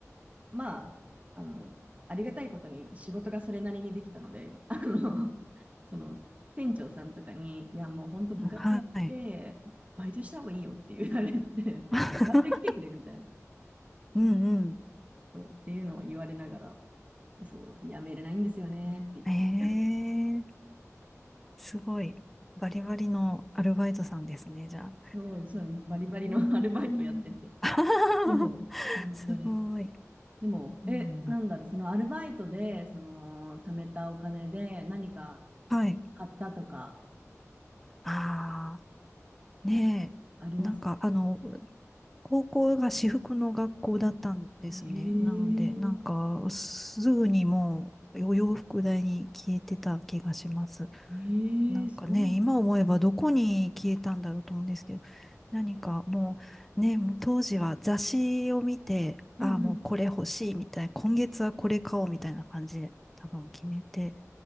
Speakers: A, on the right; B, in the centre.
A: まあ、あの、ありがたいことに仕事がそれなりにできたので、あの、その、店長さんとかに、いや、もう本当部活やって、
B: はい。
A: バイトした方がいいよって言われて、
B: <laughs>
A: バイト来てくれみたいな、
B: うんう
A: そうっていうのは言われながら、そう、やめれないんですよねって言って、
B: ん。えー、すごい。バリバリのアルバイトさんですね、じゃあ。
A: そう、そう、バリバリのアルバイトやってて、
B: うんうん。<laughs>
A: そう、本当に。
B: すごい。
A: でも、
B: そうなんだ。
A: え、なんだろう、そのアルバイトで、その、貯めたお金で何か
B: はい。
A: 買ったとか、
B: ああ。ねえ、
A: あります
B: なんかあの、高校が私服の学校だったんですね。
A: ええ
B: なので、なんかすぐにもうお洋服代に消えてた気がします。
A: ええそうなの。
B: なんかね、今思えばどこに消えたんだろうと思うんですけど、何かもうね、もう当時は雑誌を見て、ああ、
A: うんうん。
B: もうこれ欲しいみたいな、今月はこれ買おうみたいな感じで多分決めて、